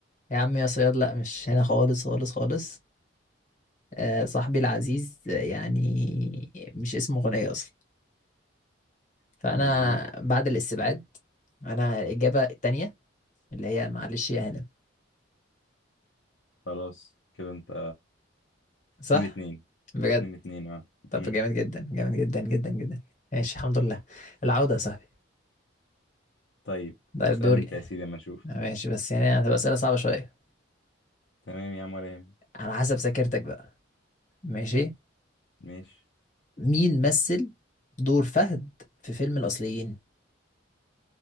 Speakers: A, on the left; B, on the left.
A: يا عم يا صياد لا مش هنا خالص خالص خالص آه صاحبي العزيز آه، يعني مش اسمه غنية اصلا فانا
B: مظبوط
A: بعد الاستبعاد انا الاجابه التانية اللي هي معلش يا هنا
B: خلاص كده انت
A: صح
B: اتنين اتنين
A: بجد
B: اتنين اتنين اه
A: طب
B: امم
A: جامد جدا جامد جدا جدا جدا ماشي الحمد لله العوده يا صاحبي
B: طيب
A: طيب
B: اسأل
A: دوري
B: انت يا سيدي اما نشوف
A: ماشي بس يعني هتبقى أسئلة صعبة شوية
B: تمام يا عم ولا يهمك
A: على حسب ذاكرتك بقى ماشي
B: ماشي
A: مين مثل دور فهد في فيلم الأصليين